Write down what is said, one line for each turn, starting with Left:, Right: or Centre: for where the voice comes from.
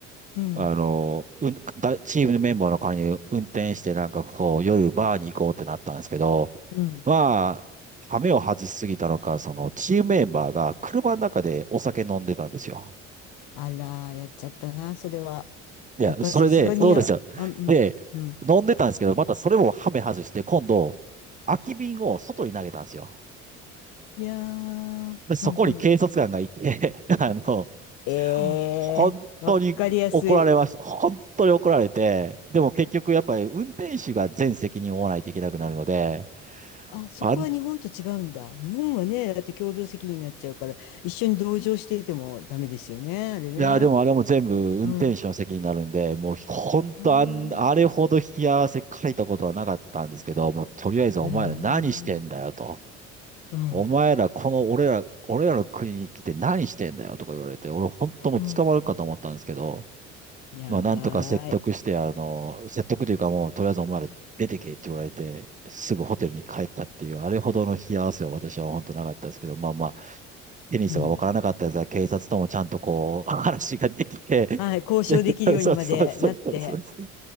Left: うん
Right: あの、うん、だチームのメンバーの代わりに運転してなんかこう夜バーに行こうってなったんですけど、
Left: うん。
Right: まあ、羽目を外しすぎたのか、そのチームメンバーが車の中でお酒飲んでたんですよ。
Left: あら、やっちゃったな、それは。
Right: いや、
Left: やっぱりさすがにや、
Right: それで、そうですよ。
Left: あ、うん、
Right: で、
Left: うん。
Right: 飲んでたんですけど、またそれもハメ外して、今度、空き瓶を外に投げたんですよ。
Left: いやー、
Right: で、そこに警察官が行って、
Left: うん、うん。
Right: <laughs> あの、
Left: ええー、
Right: 本当に怒られました。
Left: わかりやすい。
Right: 本当に怒られて、でも結局やっぱり運転手が全責任を負わないといけなくなるので、
Left: あ、そこは日本と違うんだ。
Right: あん、
Left: 日本はね、だって共同責任になっちゃうから、一緒に同情していてもダメですよね、あれね。
Right: いや、でもあれも全部運転手の責任になるんで、
Left: うん。
Right: もう本当あん、
Left: あ
Right: あれほど引き合わせ書いたことはなかったんですけど、もうとりあえずお前ら何してんだよと。
Left: あへえ、うん、
Right: お前ら、この俺ら、俺らの国に来て何してんだよとか言われて、俺本当もう捕まるかと思ったんですけど、
Left: うん。やばーい。
Right: まあなんとか説得して、あの、説得というかもうとりあえずお前ら出てけって言われて、すぐホテルに帰ったっていう、あれほどの冷や汗は私は本当なかったですけど、まあまあ、テニスがわからなかったやつは警察ともちゃんとこう、
Left: うん。
Right: 話ができて、
Left: はい、交渉できるようにまでなって、
Right: <laughs> そうそうそうそうそうそう。